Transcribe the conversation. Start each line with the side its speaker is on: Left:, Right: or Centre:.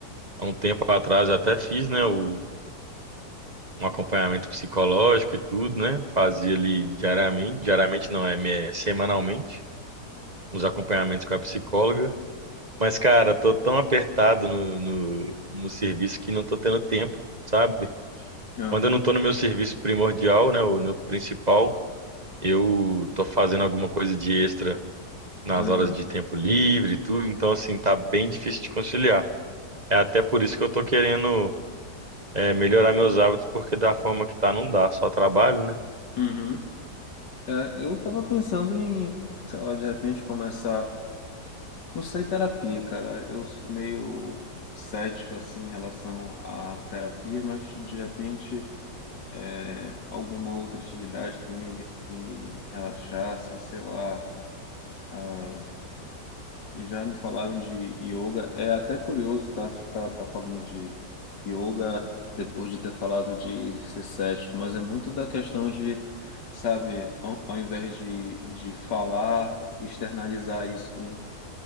Right: há um tempo atrás eu até fiz, né, o, um acompanhamento psicológico e tudo, né? Fazia ali diariamente, diariamente não, é me- é semanalmente, uns acompanhamentos com a psicóloga. Mas, cara, tô tão apertado no, no, no serviço que não tô tendo tempo, sabe?
Left: Aham,
Right: Quando eu não tô no meu serviço primordial, né, o no principal, eu tô fazendo alguma coisa de extra nas
Left: aham,
Right: horas de tempo livre e tudo, então, assim, tá bem difícil de conciliar. É até por isso que eu tô querendo, é, melhorar meus hábitos, porque da forma que tá, não dá, só trabalho, né?
Left: uhum. É, eu tava pensando em, sei lá, de repente começar, não sei, terapia, cara. Eu sou meio cético, assim, em relação à terapia, mas de repente eh, alguma outra atividade que me, que me relaxasse, sei lá. ah, Já me falaram de yoga. É até curioso tá, tá, tá falando de yoga depois de ter falado de ser cético, mas é muito da questão de, sabe, ao, ao invés de, de falar, externalizar isso com-